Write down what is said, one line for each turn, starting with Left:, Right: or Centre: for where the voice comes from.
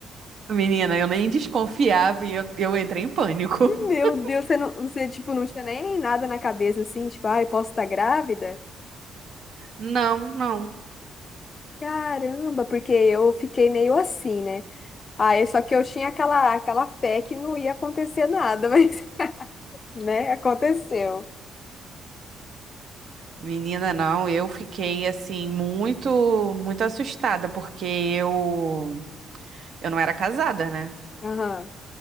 Right: Menina, eu nem desconfiava e eu, eu entrei em pânico.
Left: <laughs>
Right: <laughs>
Left: Meu Deus, você, não, você, tipo, não tinha nem nada na cabeça, assim, tipo, ai, posso estar grávida?
Right: Não, não.
Left: Caramba, porque eu fiquei meio assim, né? Aí, só que eu tinha aquela, aquela fé que não ia acontecer nada, <laughs> mas, né, aconteceu.
Right: Menina, não, eu fiquei assim muito, muito assustada porque eu eu não era casada, né?
Left: Aham.